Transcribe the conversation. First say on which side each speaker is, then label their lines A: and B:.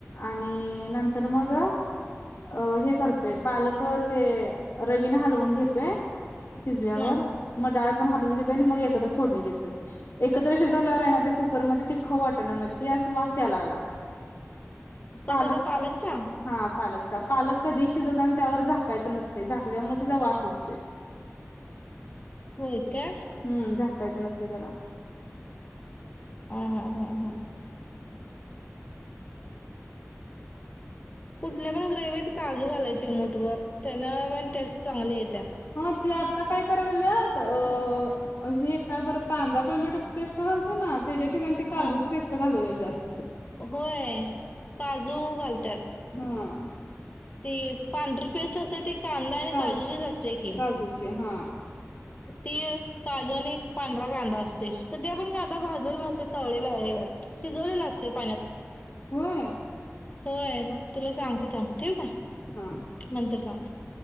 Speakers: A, on the left; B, on the left.
A: आणि नंतर मग अ हे करतोय पालक ते रवीन हलवून घेतोय <unintelligible> शिजल्यावर
B: ह
A: मग डाळ पण हलवून घेतोय आणि मग एकत्र फोडणी देतोय <unintelligible> एकत्र शिजल्यावर राहि ना ते कुकरमध्येध्ये ते खवाटणामध्ये ते वास लागला <unintelligible> पालक
B: कशाचा पालकचा
A: हा पालकचा पालक कधी शिजवत आणि त्यावर झाकायचं नसते झाकल्यामुळे त्याचा वास सुठतो <unintelligible>
B: होय का
A: हम् झाकायचं नसते त्याला.
B: ह हा हां. कुठल्या पण ग्रेवीत काजू घालायचे मोठवरर त्यान पण टेस्ट चांगली आहे त्या <unintelligible>
A: हो ते आता काय करायत अ अ हे काय बरं कांदा टोमॅटो पेस्ट घालतो ना त्याच्या ठिकाणी. <unintelligible> काजूची
B: हा
A: पेस्ट घाल जास्त. <unintelligible>
B: होय काजू घालत्यात.
A: हा.
B: ती पांढर पेस्ट असत ते ती कांदा आणि
A: का
B: काजूचीच असते की.
A: काजूची
B: <unintelligible>
A: हा.
B: ती काजू आणि पांढरा कांदा असतेस कधी आपण कांदा भाजला नसते तळेला हे. <unintelligible> शिजवलेला असते पाण्यात.
A: होय
B: होय
A: हा
B: तुला सांगते थांब ठीक आहे
A: हा
B: नंतर सांगते. <unintelligible>